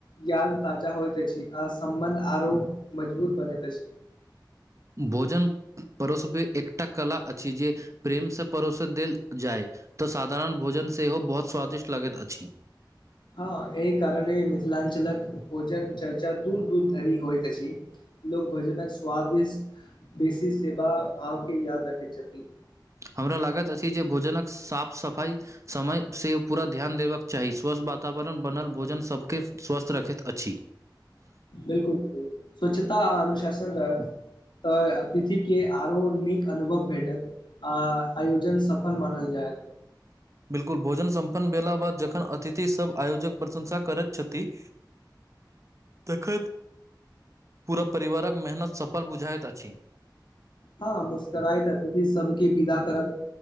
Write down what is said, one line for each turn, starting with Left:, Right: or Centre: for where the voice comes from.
Left: याद ताजा होइत अछि आ सम्बन्ध आरो मजबूत बनेत अछि।
Right: भोजन परोसबे एकटा कला अछि ज प्रेम से परोसे देल जाय त साधारण भोजन सेहो बहुत स्वादिष्ट लगैत अछि।
Left: ह, एहि कारण मिथिलाञ्चलक भोजन चर्चा दूर-दूर धरि होइत अछि। लोक भजनकऽ स्वादिष्ट बेसी सेवा भाव के याद रखैत छथिन।
Right: हमरा लागैत अछि जे भोजनकऽ साफ-सफाई समय सँ पूरा ध्यान देबाक चाही, स्वस्थ वातावरण बनल भोजन सभके स्वस्थ रखैत अछि।
Left: बिल्कूल स्वच्छता आ अनुशासन रह त अतिथि के आरो नीक अनुभव भेटत आ आयोजन सफल मानल जायत।
Right: बिल्कूल भोजन सम्पन्न भेला बाद जखन अतिथि सभ आयोजक प्रशंसा करैत छथि तखैत पूरा परिवारकऽ मेहनत सफल बुझाइत अछि।
Left: ह, मुस्कराइत अतिथि सभके विदा करब